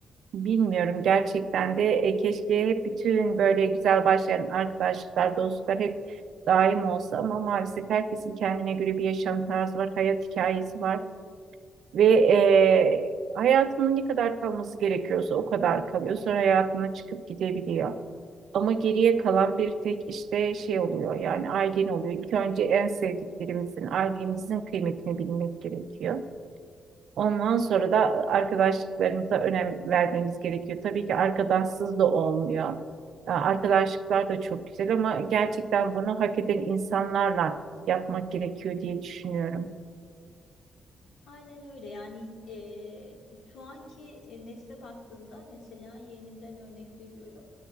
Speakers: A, on the right (about 65°); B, on the left (about 85°).
A: Bilmiyorum gerçekten de E, keşke hep bütün böyle güzel başlayan arkadaşlıklar, dostluklar hep daim olsa ama maalesef herkesin kendine göre bir yaşam tarzı var, hayat hikayesi var ve e, hayatının ne kadar kalması gerekiyorsa o kadar kalıyor. Sonra hayatına çıkıp gidebiliyor. Ama geriye kalan bir tek işte şey oluyor yani ailen oluyor. İlk önce en sevdiklerimizin, ailemizin kıymetini bilmek gerekiyor. Ondan sonra da arkadaşlıklarımıza önem vermemiz gerekiyor. Tabii ki arkadaşsız da olmuyor. Ya, Arkadaşlıklar da çok güzel ama gerçekten bunu hak eden insanlarla yapmak gerekiyor diye düşünüyorum.
B: Aynen öyle yani eee, şu anki e, nesle baktığımda mesela yeğenimden örnek veriyorum.